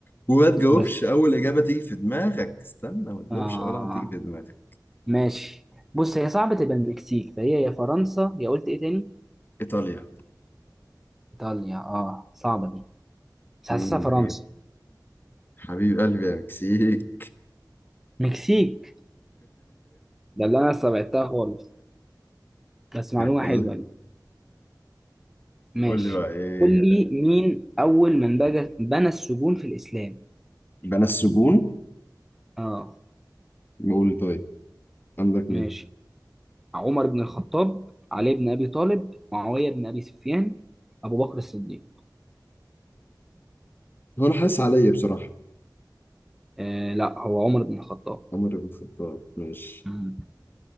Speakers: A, on the left; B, in the centre.
A: وما تجاوبش
B: سويسرا
A: أول إجابة تيجي في دماغك استنى ما تجاوبش
B: آه
A: أول واحدة تيجي في دماغك
B: ماشي بص هي صعبة تبقى المكسيك فهي يا فرنسا يا قلت ايه تاني؟
A: إيطاليا
B: ايطاليا اه صعبة دي بس
A: مم.
B: حاسسها فرنسا
A: ايه حبيب قلبي يا مكسيك
B: مكسيك ده اللي انا استبعدتها خالص بس معلومة
A: <laughs> الله.
B: حلوة دي ماشي
A: قول لي بقى ايه
B: قول لي مين اول من بجى بنى السجون في الاسلام؟
A: بنى السجون
B: اه
A: نقول طيب عندك
B: ماشي
A: مين
B: عمر بن الخطاب علي بن أبي طالب معاوية بن أبي سفيان أبو بكر الصديق
A: هو انا حاسس عليا بصراحة
B: آه لا هو عمر بن الخطاب
A: عمر بن الخطاب ماشي
B: مم.